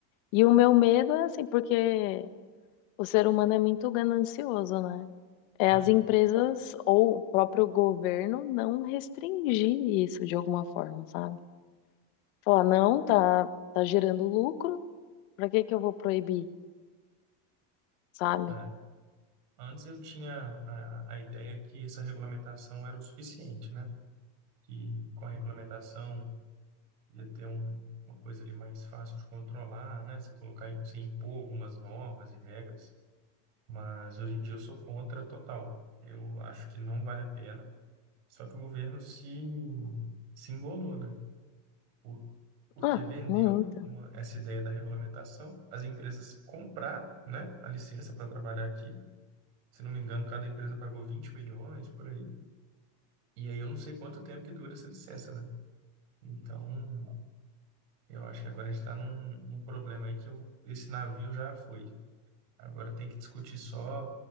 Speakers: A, on the left; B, on the right.
A: E o meu medo é assim, porque o ser humano é muito ganancioso, né? É
B: Uhum.
A: as empresas ou o próprio governo não restringir isso de alguma forma, sabe? Falar, não, tá, tá gerando lucro, pra que que eu vou proibir, sabe?
B: É, antes eu tinha a, a ideia que essa regulamentação era o suficiente, né? Que com a regulamentação ia ter um, uma coisa ali mais fácil de controlar, né? Você colocar, você impor algumas normas e regras, mas hoje em dia eu sou contra total. Eu acho que não vale a pena. Só que o governo se, se embolou, né? Por- porque
A: Ah,
B: vendeu
A: muita,
B: uma- essa ideia da regulamentação, as empresas compraram, né, a licença para trabalhar aqui Se não me engano, cada empresa pagou 20 milhões por aí. E aí eu não sei quanto tempo que dura essa licença, né? Então, eu acho que agora a gente está num, num problema aí que o- esse navio já foi. Agora tem que discutir só